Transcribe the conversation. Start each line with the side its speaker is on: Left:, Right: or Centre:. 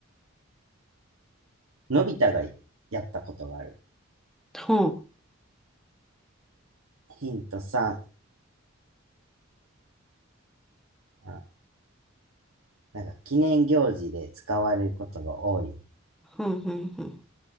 Right: のび太がやったことがある。
Centre: ほん。
Right: ヒント3、あなんか記念行事で使われることが多い。
Centre: ほんほんほん。